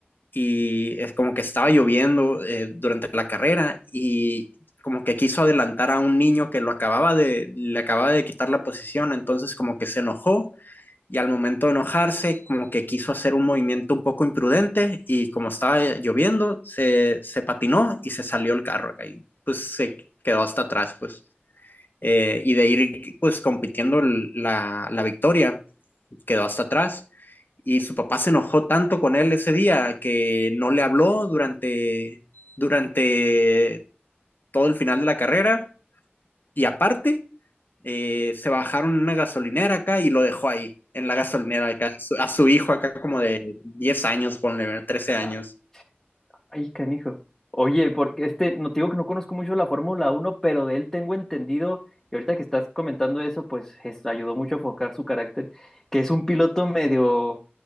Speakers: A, on the left (about 55°); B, in the centre.
A: y es como que estaba lloviendo eh, durante la carrera y como que quiso adelantar a un niño que lo acababa de, le acababa de quitar la posición, entonces como que se enojó y al momento de enojarse como que quiso hacer un movimiento un poco imprudente y como estaba lloviendo se, se patinó y se salió el carro acá y pues se quedó hasta atrás pues eh, y de ir pues compitiendo la, la victoria quedó hasta atrás y su papá se enojó tanto con él ese día que no le habló durante, durante todo el final de la carrera y aparte eh, se bajaron en una gasolinera acá y lo dejó ahí, en la gasolinera acá, a su hijo acá como de 10 años, ponle, 13 años.
B: Ajá. Ay, canijo. Oye, porque este, no te digo que no conozco mucho la Fórmula Uno, pero de él tengo entendido, y ahorita que estás comentando eso, pues es- ayudó mucho a focar su carácter, que es un piloto medio,